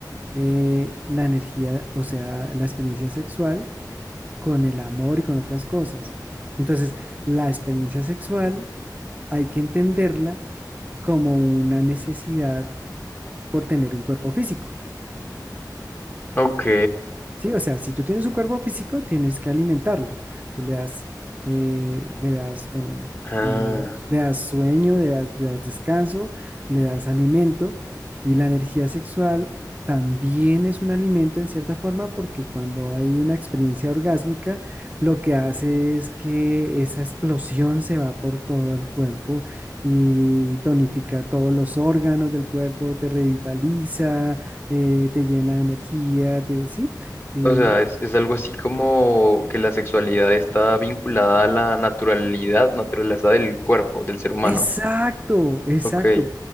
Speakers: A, on the right; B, on the left.
A: eh, la energía, o sea, la experiencia sexual con el amor y con otras cosas. Entonces, la experiencia sexual hay que entenderla como una necesidad por tener un cuerpo físico.
B: Ok.
A: Sí, o sea, si tú tienes un cuerpo físico, tienes que alimentarlo. Tú le das, eh, le das, bueno,
B: Ah,
A: eh, le das sueño, le das, le das descanso, le das alimento y la energía sexual también es un alimento en cierta forma porque cuando hay una experiencia orgásmica, lo que hace es que esa explosión se va por todo el cuerpo y tonifica todos los órganos del cuerpo, te revitaliza eh, te llena de energía, te, sí, eh,
B: o sea, es, es algo así como que la sexualidad está vinculada a la naturalidad, naturaleza del cuerpo, del ser humano.
A: exacto, exacto.
B: Ok,